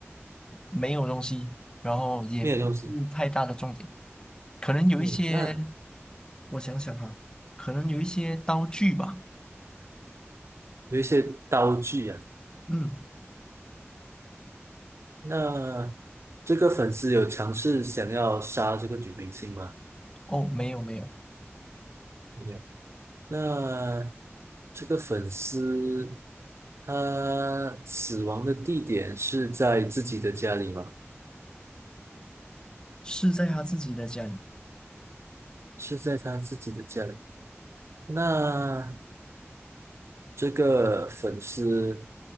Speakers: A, on the left; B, on the right.
A: 没有东西，然后也不是太大的重点，
B: 没有东西。
A: 可能有一些，
B: 嗯，那
A: 我想想哈，可能有一些刀具吧，
B: 有一些刀具啊。
A: 嗯，
B: 那这个粉丝有尝试想要杀这个女明星吗？
A: 哦，没有没有，
B: 没有。那这个粉丝他死亡的地点是在自己的家里吗？
A: 是在他自己的家里，
B: 是在他自己的家里。那这个粉丝